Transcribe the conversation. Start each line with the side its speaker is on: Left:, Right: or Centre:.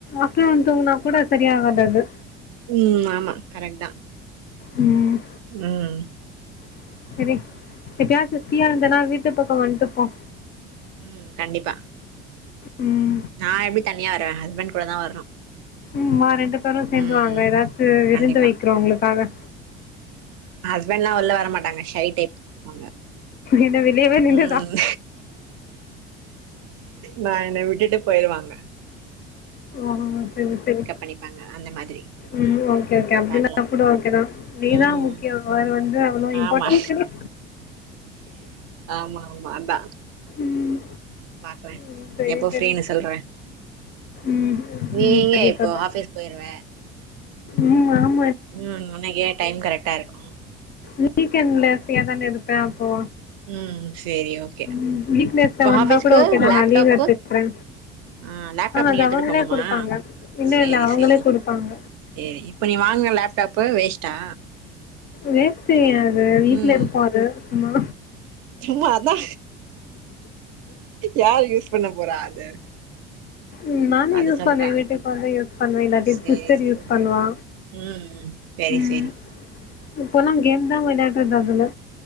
Left: ஆப்ரோ வந்து தூங்குனா ந கூட சரியகாது அது.
Right: உம் ஆமா கரெக்ட் தா.
Left: உம்.
Right: உம்.
Left: <inaudible> ப்ரீயா இருந்தன்னா வீட்டு பக்கோ வந்துட்டுப்போ.
Right: உம் கண்டிப்பா.
Left: உம்.
Right: நா எப்படி தனியா வர்வ ஹஸ்பண்ட் கூட தா வரணு.
Left: உம் வா ரெண்டு தம் சேர்ந்துவாங்க
Right: ம்
Left: ஏதாச்சு விருந்து
Right: கண்டிப்பா
Left: வைக்கிறோ உங்களுக்காக.
Right: ஹஸ்பண்ட்ல உள்ள வர மாட்டாங்க ஷை டைப். அ
Left: என்ன வெளியவே நின்னுதா
Right: உம் நான் என்ன விட் ட்டுட்டு போயருவாங்க.
Left: ஓ சரி சரி
Right: பண்ணிப்பாங்க அந்த மாதிரி
Left: உம் ஓகே ஓகே அப்படின்னா
Right: பாக்கலா
Left: கூட ஓகே தா நீதா
Right: ம்
Left: முக்கியோ அவர் வந்து அவ்வளவு இம்பார்டன்ட்
Right: ஆமா
Left: கிடைய.
Right: ஆமா ஆமா அதா
Left: ம்
Right: பாப்ப
Left: ம் சரி
Right: எப்போ
Left: சரி
Right: ஃப்ரீன்னு சொல்றே
Left: ம்
Right: நீ
Left: ம்
Right: எங்க
Left: சரி
Right: இப்போ
Left: சொல்றே
Right: ஹாஃபீஸ் போயிருவ
Left: ம் ஆ
Right: ம் உனக்கே டைம் கரெக்டா இருக்கு
Left: வீக் எண்ட்ல எப்பயா தான இருப்பே அப்போ
Right: ம் சேரி ஓகே
Left: ம் வீக் டேஸ்ல
Right: இப்போ
Left: வந்தா
Right: ஆஃபீஸ்க்கு
Left: கூட ஓகே தா
Right: லேப்டாப்பு
Left: நா லீவ் எடுத்துக்கிறே
Right: ஆ லேப்டாப்
Left: அது
Right: நீ எத்துட்டு
Left: அவங்களே
Right: போணுமா
Left: குடுப்பாங்க இல்ல
Right: செரி
Left: இல்ல அவங்களே
Right: செரி
Left: குடுப்பாங்க
Right: செரி இப்போ நீ வாங்குன லேப்டாப்பு வேஸ்ட்டா
Left: வேஸ்டு ஏ அ வீட்டுல
Right: ம்
Left: இருப்பாரு ஆமா
Right: சும்மா அதா யார் யூஸ் திண்ண போறா அது
Left: ம் நானும்
Right: அது
Left: யூஸ்
Right: சொல்றே
Left: பண்ணுவே வீட்டுக்கு வந்து யூஸ் பண்ணுவேன் இல்லாட்டி
Right: சேரி
Left: சிஸ்டர்
Right: சேரி
Left: யூஸ் பண்ணுவா
Right: ம் செரி
Left: ம்
Right: செரி
Left: இப்போலா கேம் தா வெளாடுறது அதுல